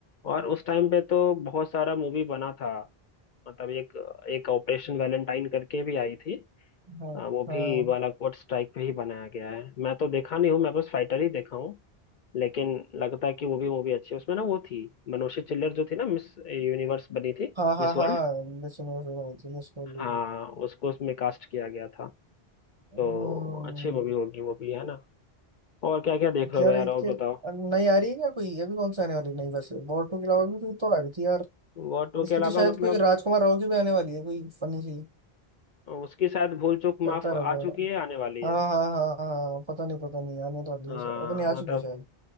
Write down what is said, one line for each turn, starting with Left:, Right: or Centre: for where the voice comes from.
Left: और उस टाइम पे तो बहुत सारा मूवी बना था मतलब एक एक ऑपरेशन वैलेंटाइन करके भी आई थी
Right: हाँ
Left: अ, वो
Right: हाँ
Left: भी बालाकोट स्ट्राइक पे ही बनाया गया है मैं तो देखा नहीं हूँ मैं बस फाइटर ही देखा लेकिन लगता है कि वो भी मूवी अच्छी है उसमें ना वो थी मनोषी चिल्लर जो थी ना मिस यूनिवर्स बनी थी
Right: हाँ हाँ
Left: मिस
Right: हाँ
Left: वर्ल्ड
Right: मैं सुनो सुनो सुनो सुनो लोगी
Left: हाँ उसको उसमें कास्ट किया गया था
Right: हम्म
Left: तो अच्छी मूवी होगी वो भी है ना और क्या क्या देख रहे
Right: यार
Left: हो यार
Right: इसके
Left: और बताओ
Right: नहीं आ रही है क्या कोई अभी कौन सा आने वाली नहीं वैसे वॉर टू के अलावा भी कोई तो आ रही थी यार
Left: वो टू
Right: इसकी
Left: के अलावा
Right: तो शायद
Left: मतलब
Right: कोई राजकुमार राव की भी आने वाली है कोई फनी सी
Left: उसकी शायद भूल चूक
Right: करता
Left: माफ आ
Right: रहता
Left: चुकी
Right: है
Left: है आने वाली
Right: हाँ
Left: है
Right: हाँ हाँ हाँ पता नहीं पता नहीं आने तो वाली
Left: हाँ
Right: है शायद पता नहीं आ चुकी
Left: मतलब
Right: है शायद